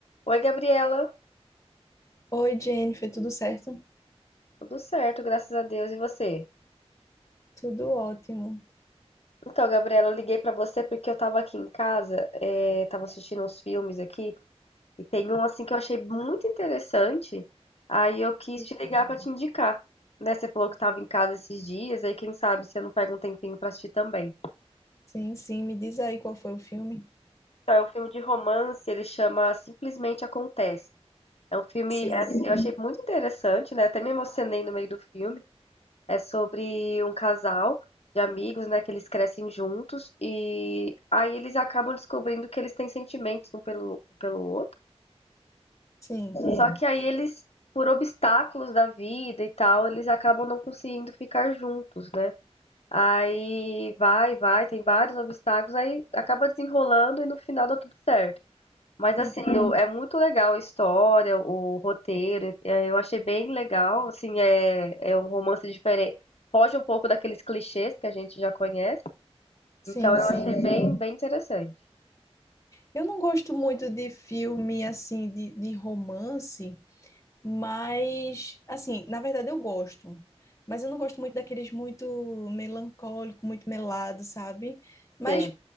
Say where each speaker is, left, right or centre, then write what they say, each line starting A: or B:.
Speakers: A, on the left; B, on the left.
A: Oi, Gabriela.
B: Oi, Jennifer, tudo certo?
A: Tudo certo, graças a Deus. E você?
B: Tudo ótimo.
A: Então, Gabriela, eu liguei pra você porque eu tava aqui em casa, eh, tava assistindo uns filmes aqui, e tem um assim que eu achei muito interessante. Aí eu quis
B: Sim,
A: te ligar pra te indicar, né? Você falou que tava em casa esses dias, aí quem sabe você não pega um tempinho pra assistir também.
B: sim, sim. Me diz aí qual foi o filme.
A: Então, é um filme de romance, ele chama Simplesmente Acontece. É um filme,
B: Sim,
A: é, assim, eu achei muito interessante, né? Até me emocionei no meio do filme. É sobre um casal de amigos, né, que eles crescem juntos e aí eles acabam descobrindo que eles têm sentimentos um pelo, um pelo outro.
B: sim.
A: Só que aí eles, por obstáculos da vida e tal, eles acabam não conseguindo ficar juntos, né? Aí vai, vai, tem vários obstáculos, aí acaba desenrolando e no final dá tudo certo. Mas
B: Hum,
A: assim, eu- é muito legal a história, o roteiro, é, eu achei bem legal, assim, é, é um romance diferente, foge um pouco daqueles clichês que a gente já conhece,
B: Sim,
A: então eu
B: sim.
A: achei bem, bem interessante.
B: Eu não gosto muito de filme assim, de, de romance, Mas, assim, na verdade eu gosto. Mas eu não gosto muito daqueles muito melancólico, muito melado, sabe? Mas
A: Sei,